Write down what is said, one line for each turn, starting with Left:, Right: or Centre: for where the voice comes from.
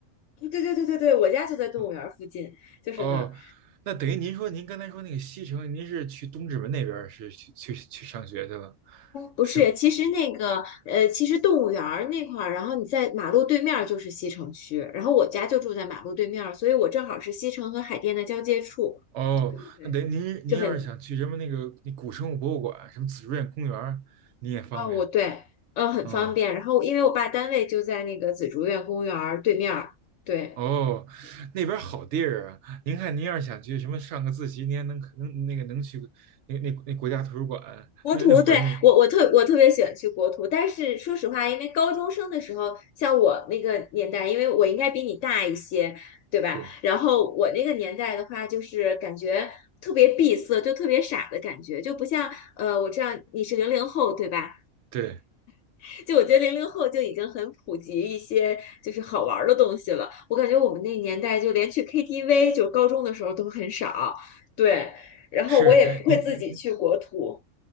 Left: 对对对对对，我家就在动物园儿附近，
Right: 嗯
Left: 就是那儿。
Right: 哦，那等于您说您刚才说那个西城，您是去东直门那边儿是去去去上学去了，
Left: 不是，
Right: 是吗？
Left: 其实那个，呃，其实动物园儿那块儿，然后你在马路对面儿就是西城区，然后我家就住在马路对面儿，所以我正好是西城和海淀的交界处，
Right: 哦，
Left: 对，
Right: 那等于您您要是想去什么那个那古生物博物馆、
Left: 就很，
Right: 什么紫竹院公园儿，您也方便。
Left: 哦，我对，嗯，很方便。
Right: 嗯，
Left: 然后因为我爸单位就在那个紫竹院公园儿对面儿，对。
Right: 哦，那边儿好地儿啊！您看，您要是想去什么上个自习，您还能能那个能去那那那国家图书馆，
Left: 国图，
Right: 那那环境
Left: 对，我我特我特别喜欢去国图，但是说实话，因为高中生的时候，像我那个年代，因为我应该比你大一些，对吧？
Right: 对
Left: 然后我那个年代的话，就是感觉特别闭塞，就特别傻的感觉，就不像呃，我知道你是零零后，对吧？
Right: 对，
Left: <laughs> 就我觉得零零后就已经很普及一些就是好玩儿的东西了，我感觉我们那年代就连去 KTV，就高中的时候都很少，对，然后我也不会自己去国图。
Right: 是您。